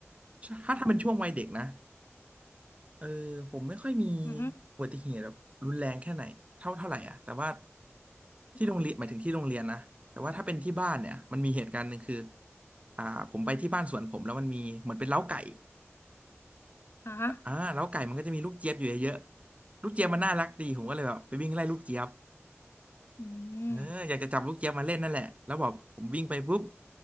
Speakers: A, on the right; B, on the left.
A: ถ้าถ้าเป็นช่วงวัยเด็กนะ
B: อืม
A: เออผมไม่ค่อยมี
B: อือฮึ
A: อุบัติเหตุแบบรุนแรงแค่ไหนเท่าเท่าไหร่อ่ะแต่ว่าที่โรงเรียนหมายถึงที่โรงเรียนนะแต่ว่าถ้าเป็นที่บ้านเนี่ยมันมีเหตุการณ์หนึ่งคือ
B: อ่า
A: อ่าผมไปที่บ้านสวนผมแล้วมันมีเหมือนเป็นเล้าไก่
B: อ่าฮะ
A: อ่าเล้าไก่มันก็จะมีลูกเจี๊ยบอยู่เยอะๆลูกเจี๊ยบมันน่ารักดีผมก็เลยแบบไปวิ่งไล่ลูกเจี๊ยบ
B: อื
A: เอออยากจะจับลูกเจี๊ยบมาเล่นนั่นแหละแล้วบอกผมวิ่งไปปุ๊บ
B: ม